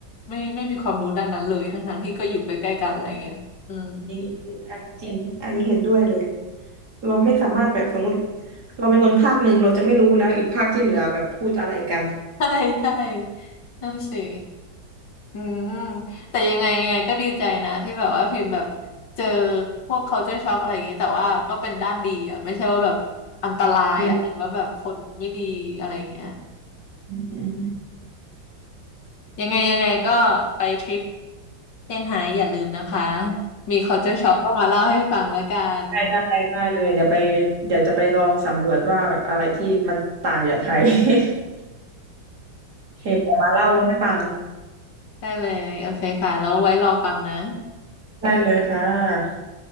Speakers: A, on the left; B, on the right.
A: ไม่ไม่มีความรู้ด้านนั้นเลยทั้งๆที่ก็อยู่ใกล้ๆกันอะไรเงี้ยอืม
B: นี่อันจริงอันนี้เห็นด้วยเลยเราไม่สามารถแบบสมมติเราเป็นคนภาคหนึ่งเราจะไม่รู้แล้วอีกภาคที่เหลือแบบพูดอะไรกัน
A: ใช่ใช่ นั่นสิอืมแต่ยังไงยังไงก็ดีใจนะที่แบบว่าพิมพ์แบบเจอพวก culture shock อะไรอย่างนี้แต่ว่าก็เป็นด้านดีอ่ะไม่ใช่ว่าแบบอันตรายอะไรว่าแบบคนไม่ดีอะไรอย่างเงี้ย
B: อืมอืมอืม
A: ยังไงยังไงก็ไปทริปเซี่ยงไฮ้อย่าลืมนะคะมี culture shock ก็มาเล่าให้ฟังแล้วกัน
B: ได้ได้ได้เลยเดี๋ยวไปเดี๋ยวจะไปลองสำรวจว่าแบบอะไรที่มันต่างจากไทย <laughs> โอเคเดี๋ยวมาเล่าให้ฟัง
A: ได้เลยโอเคค่ะแล้วไว้รอฟังนะ
B: ได้เลยค่ะ